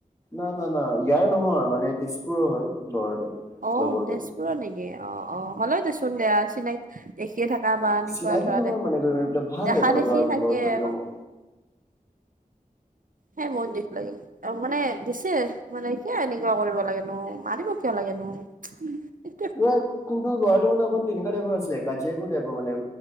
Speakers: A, on the left; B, on the right.
A: না, না, না, ইয়াৰ নহয় মানে তেজপুৰৰ হয় লৰাটো।
B: অ',
A: লগৰটো
B: তেজপুৰৰ নেকি অ', অ', হ'লে দেচোন দেয়া চিনাকি দেখিয়ে থাকা বা, এনেকুৱা
A: চিনাকি
B: ধৰা
A: নহয়
B: দেখ
A: মানে গৈ পেলাই ভাল
B: দেখা
A: হয় ল'ৰাটোৰ
B: দেখি থাকে
A: লগত গৈ
B: আৰু।
A: পেলাই মোৰ
B: হে মোৰো দোখ লাগিল। অ', মানে দিছে মানে কিয়ি এনেকুৱা কৰিব লাগেনো মাৰিব কিয় লাগে <unintelligible>
A: <unintelligible> কিন্তু, লৰাটো মানে অকণ তেনেকুৱা টাইপৰ আছিলে কাজিয়াকোৰ টাইপৰ মানে